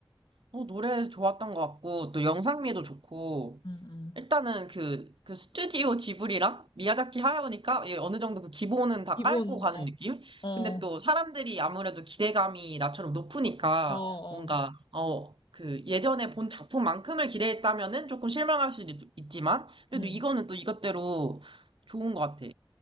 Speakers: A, on the right; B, on the left.
A: 어, 노래 좋았던 것 같고, 또 영상미도 좋고,
B: 응, 응.
A: 일단은 그, 그 스튜디오 지브리랑 미야자키 하야오니까 예, 어느 정도 그 기본은 다
B: 기본,
A: 깔고 가는
B: 어,
A: 느낌?
B: 어,
A: 근데 또 사람들이 아무래도 기대감이 나처럼 높으니까
B: 어, 어.
A: 뭔가, 어, 그 예전에 본 작품만큼을 기대했다면은 조금 실망할 수도 있, 지만 그래도
B: 응.
A: 이거는 또 이것대로 좋은 것 같아.